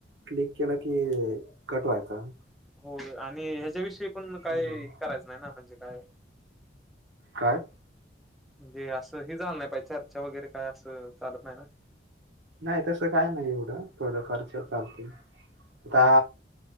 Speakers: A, on the right (about 85°); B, in the centre.
A: क्लिक केल की कट व्हायचा.
B: होय आणि ह्याच्याविषयी पण मग काय
A: हम्म.
B: करायचं नाही ना म्हणजे काय?
A: काय?
B: म्हणजे असं हे झालं नाई पाहिजे चर्चा वगैरे काय असं चालत नाही ना?
A: नाही तसं काय नाही एवढं थोडं फारसं चालते. आता